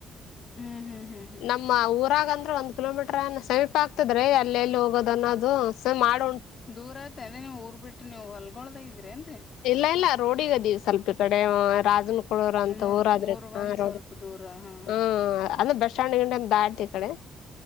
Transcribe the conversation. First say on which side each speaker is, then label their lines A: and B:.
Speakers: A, on the left (about 45°); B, on the left (about 85°).
A: ಹ್ಮ್ ಹ್ಮ್ ಹ್ಮ್ ಹ್ಮ್
B: ನಮ್ಮ ಊರಾಗ ಅಂದ್ರೆ ಒಂದ ಕಿಲೋಮೀಟರ್ ಏ ಸಮೀಪ ಆಗ್ತದ ರೀ ಅಲ್ಲಿ ಎಲ್ಲಿ ಹೋಗೋದ ಅನ್ನೋದು ಮಾಡ
A: ದೂರ ಆತ ಅಂದ ನೀವ್ ಊರ್ ಬಿಟ್ರಿ ನೀವು ಹೊಲ್ಗೊಳದ ಇದ್ರೇನ್
B: ಇಲ್ಲ ಇಲ್ಲ ರೋಡಿಗದೀ ಸ್ವಲ್ಪ ಕಡೆ ರಾಜನ ಮಳೋರ ಅಂತ
A: ನಿಮ್
B: ಊರ ಆದ್ರೆ
A: ಊರ್ ಬಂದ್
B: ಹ ರೋಡ್
A: ಸ್ವಲ್ಪ ದೂರ ಹಾ ಹಾ
B: ಹ್ಮ್ ಅಂದ ಬೆಸಣ ಗಂಟೆ ದಾಡ್ತಿ ಈ ಕಡೆ